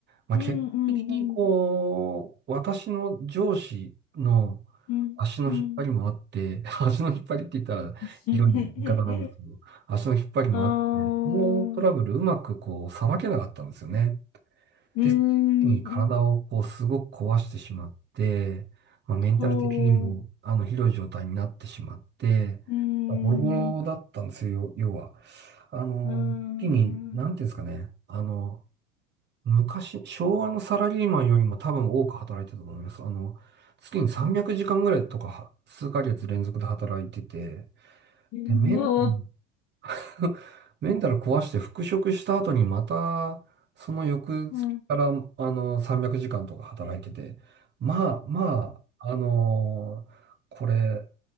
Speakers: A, on the right; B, on the left.
A: まあ、
B: うん、
A: 結果的にこう、
B: うん、
A: 私の上司の
B: うん、
A: 足の引っ張りもあって、
B: うん。
A: <laughs> 足の引っ張りって言ったら広い言い方なんですけど、
B: <laughs>
A: 足の引っ張りもあって、
B: あー、
A: このトラブルうまくこう、さばけなかったんですよね。
B: うーん、
A: で、その時に体をこうすごく壊してしまって、まあ、メンタル的にもあのひどい状態になってしまって、
B: ほう、うーん、
A: まあボロボロだったんですよ、要は。あの、
B: うーん、
A: 時に、なんていうんですかね、あの、昔、昭和のサラリーマンよりも多分多く働いてたと思います。あの、月に300時間ぐらいとかは、
B: ほう、
A: 数ヶ月連続で働いてて、
B: うん、
A: で、メン、<laughs> メンタル壊して復職した後にまた、その翌月から、
B: うん、うん、
A: あの、300時間とか働いてて、まあまあ、あのこれ、